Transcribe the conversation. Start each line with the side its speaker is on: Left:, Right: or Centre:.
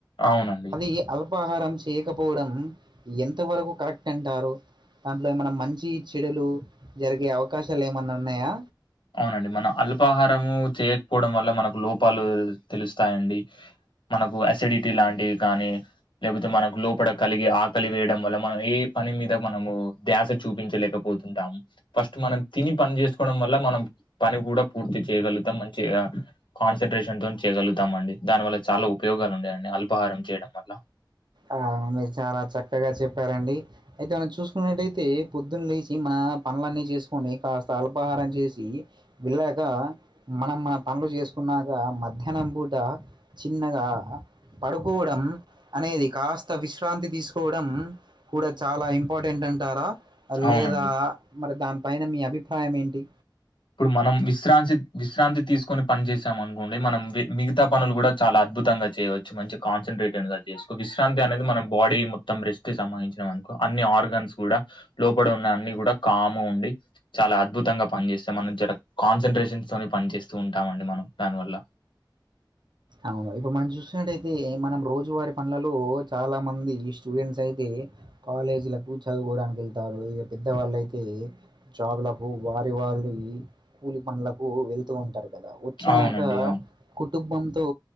Left: అవునండి
Right: ఈ అల్పాహారం చేయకపోవడం ఎంత వరకు కరెక్ట్ అంటారు. దాంట్లో ఏమన్నా మంచి చెడులు జరిగే అవకాశాలు ఏమన్నా ఉన్నాయా?
Left: అవునండి, మన అల్పాహారము చేయకపోవడం వల్ల మనకు లోపాలు తెలుస్తాయండి. మనకు అసిడిటీ లాంటివి కానీ లేకపోతే మనకు లోపట కలిగి ఆకలివేయడం వల్ల మనం ఏ పని మీద మనము ధ్యాస చూపించలేక పోతుంటాము. ఫస్ట్ మనం తిని పని చేసుకోవడం వల్ల మనం పని కూడా పూర్తి చేయగలుగుతాం మంచిగా కాన్సన్ట్రేషన్ తోని చేయగలుతామండి దాని వల్ల చాలా ఉపయోగాలు ఉన్నాయండి అల్పహారం చేయడం వల్ల
Right: ఆ మీరు చాలా చక్కగా చెప్పారండి అయితే మనం చూసుకున్నట్టయితే, పొద్దున్న లేచి మన పనులన్నీ చేసుకుని కాస్త అల్పాహారం చేసి వెళ్ళాక, మనం మన పనులు చేసుకున్నాక, మధ్యాహ్నం పూట చిన్నగా పడుకోవడం అనేది కాస్త విశ్రాంతి తీసుకోవడం కూడా చాలా ఇంపార్టెంట్ అంటారా?
Left: అవునండి
Right: లేదా మరి దానిపైన మీ అభిప్రాయం ఏంటి?
Left: ఇప్పుడు మనం విశ్రాంతి విశ్రాంతి తీసుకొని పని చేసాం అనుకోండి మనం మిగతా పనులు కూడా చాలా అద్భుతంగా చేయవచ్చు మంచి కాన్సన్ట్రేటెడ్ గా చేసుకో విశ్రాంతి అనేది మన బాడీ మొత్తం రెస్ట్ కి సంబంధించి ఉన్నామనుకో, అన్ని ఆర్గాన్స్ కూడా లోపడ ఉన్న అన్ని కూడా కామ్ గా ఉండి చాలా అద్భుతంగా పనిచేస్తాం, మనం జర కాన్సన్ట్రేషన్స్ తోని పని చేస్తూ ఉంటామండి మనం దాని వల్ల.
Right: అవును ఇప్పుడు మనం చూసినట్టయితే మనం రోజువారి పనులలో చాలా మంది స్టూడెంట్స్ అయితే కాలేజీలకు చదువుకోవడానికి వెళ్తారు ఇక పెద్దవాళ్ళయితే జాబులకు వారి వాళ్ళయి కూలిపనులకు వెళ్తూ ఉంటారు. కదా వచ్చినాక
Left: అవునండి అవును
Right: కుటుంబం తో